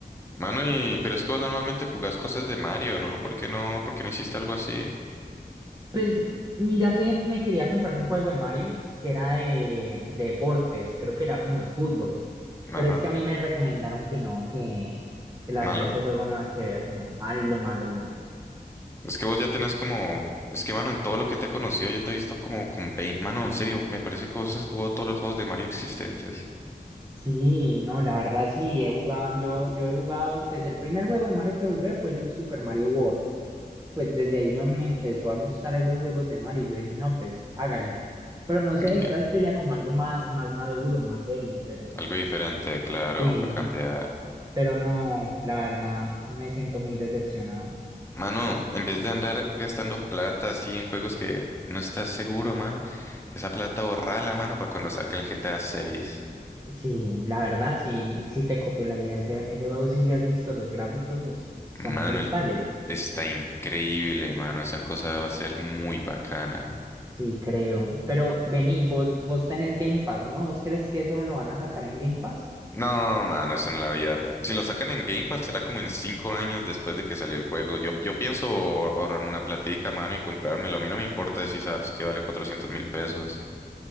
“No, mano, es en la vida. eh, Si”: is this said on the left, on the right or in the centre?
Left